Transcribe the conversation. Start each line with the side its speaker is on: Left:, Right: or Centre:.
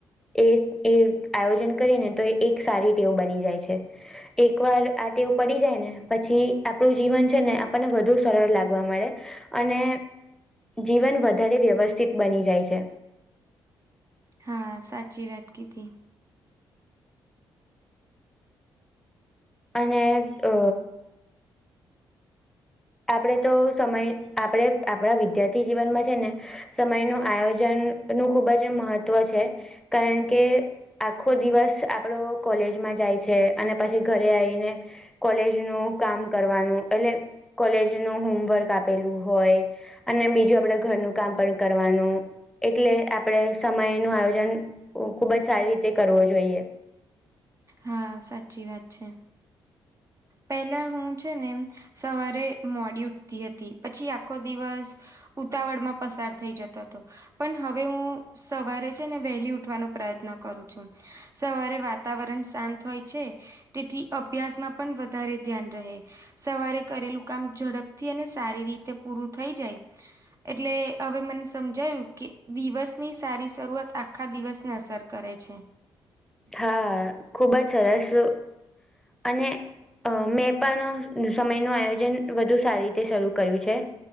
Centre: એક એક આયોજન કરી ને, તો એક સારી ટેવ બની જાય છે. એકવાર આ ટેવ પડી જાય ને, પછી આપણું જીવન છેને, આપણને વધુ સરળ લાગવા લાગે. અને, જીવન વધારે વ્યવસ્થિત બની જાય છે.
Right: હા, સાચી વાત કીધી.
Centre: અને અ આપડે તો સમય, આપડે આપડા વિદ્યાર્થી જીવનમાં છે ને સમયનું આયોજન નું ખૂબ જ મહત્વ છે, કારણ કે આખો દિવસ આપડો કોલેજમાં જાય છે, અને પછી ઘરે આયને કોલેજનુ કામ કરવાનું એટલે કોલેજ નું હોમવર્ક આપેલું હોય. અને બીજું આપડે ઘરનું કામ પણ કરવાનું. એટલે આપણેે સમય નું આયોજન ખુબ જ સારી રીતે કરવો જોઈએ.
Right: હા, સાચી વાત છે. પહેલા હું છે ને સવારે મોડી ઉઠતી હતી, પછી આખો દિવસ ઉતાવળમાં પસાર થઈ જતો હતો. પણ હવે હું સવારે છે ને વહેલી ઉઠવાનો પ્રયત્ન કરું છું. સવારે વાતાવરણ શાંત હોય છે. તેથી અભ્યાસમાં પણ વધારે ધ્યાન રહે. સવારે કરેલું કામ ઝડપથી અને સારી રીતે પૂરું થઈ જાય. એટલે હવે મને સમજાયુ. કે દિવસની સારી શરૂઆત આખા દિવસને અસર કરે છે.
Centre: હા, ખુબ જ સરસ અને અ મેં પણ સમયનું આયોજન વધુ સારી રીતે શરૂ કર્યું છે.